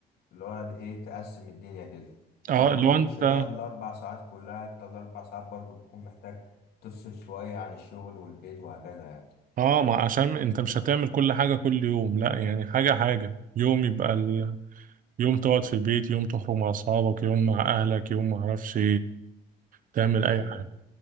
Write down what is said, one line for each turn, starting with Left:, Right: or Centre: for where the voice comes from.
Left: اللي هو ايه تقسم الدنيا كده
Right: اه
Left: اللي هو ما
Right: لو
Left: تكونش
Right: انت
Left: بقى الأربع ساعات كلها انت الأربع ساعات برضو بتكون محتاج تفصل شوية عن الشغل والبيت وهكذا يعني
Right: اه ما عشان انت مش هتعمل كل حاجه كل يوم لا يعني حاجه حاجه يوم يبقى ال... يوم تقعد في البيت يوم تخرج مع اصحابك يوم مع اهلك يوم ما اعرفش تعمل اي
Left: مم.
Right: حاجه